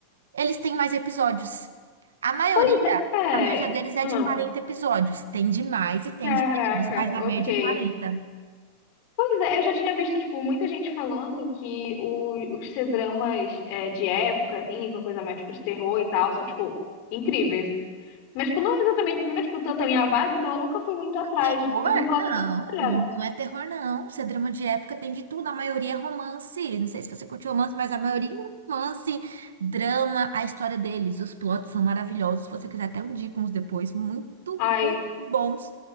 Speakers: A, on the right; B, on the left.
A: eles têm mais episódios. A maioria,
B: Pois é.
A: a média deles é
B: Ah,
A: de 40 episódios. Tem de mais e tem
B: caraca,
A: de menos, mas a
B: ok.
A: média é 40.
B: Pois é, eu já tinha visto, tipo, muita gente falando que o- os C-dramas é, de época, assim, uma coisa mais, tipo, de terror e tal, são, tipo, incríveis. Mas, tipo, não é exatamente, não é, tipo, tanto a minha vibe, então eu nunca fui muito atrás.
A: Terror?
B: Mas eu vou até
A: Não,
B: dar uma olhada.
A: não é terror, não. Isso é drama de época, tem de tudo. A maioria é romance. Não sei se você curte romance, mas a maioria é romance, drama, a história deles. Os plots são maravilhosos. Se você quiser, até eu indico uns depois. Muito,
B: Ai,
A: muito bons.